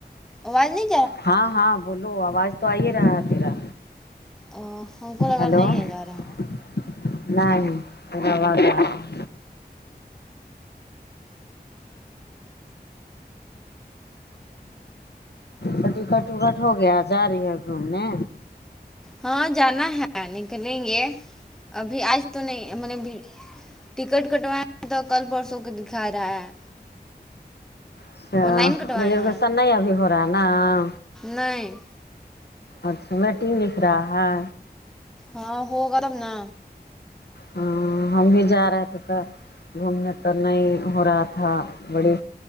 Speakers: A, in the centre; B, on the left (about 75°).
A: آواز نہی
B: ہاں ہاں بولو آواز تو آئی ہی رہا ہے تیرا
A: ا ہم کو لگا
B: ہیلو
A: نہیں ہے جا رہا
B: نہیں ر گ بٹی کٹ وٹکٹ ہو گیا جا رہی ہے گھومنے
A: ہاں جانا ہے نکلیں گے ابھی آج تو نہیں مطلب کہ ٹکٹ کٹوائے تو کل پرسوں کے دکھا رہا ہے
B: اچھا
A: آن لائن کٹوائے
B: مریسن
A: ہیں
B: نہیں ابھی ہو رہا ہے نا ہاں
A: نہیں
B: اچھا ویٹنگ دکھ رہا ہے
A: ہاں ہو گم تبنا
B: ہ ہم بھی جا رہے تھے تو گھومنے تو نہیں ہو رہا تھا تھا بڑی